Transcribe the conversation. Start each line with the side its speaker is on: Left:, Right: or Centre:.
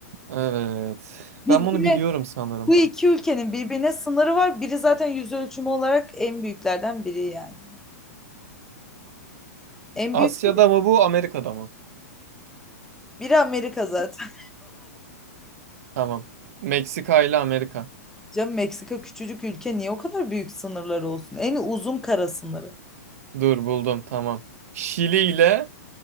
Right: Evet.
Centre: Birbirine
Right: Ben bunu biliyorum sanırım.
Centre: Bu iki ülkenin birbirine sınırı var. Biri zaten yüz ölçümü olarak en büyüklerden biri yani. En
Right: Asya'da
Centre: büyük
Right: mı bu Amerika'da mı?
Centre: biri Amerika zaten.
Right: Tamam. Meksika ile Amerika.
Centre: <laughs> Canım Meksika küçücük ülke niye o kadar büyük sınırları olsun? En uzun kara sınırı.
Right: Dur buldum tamam. Şili ile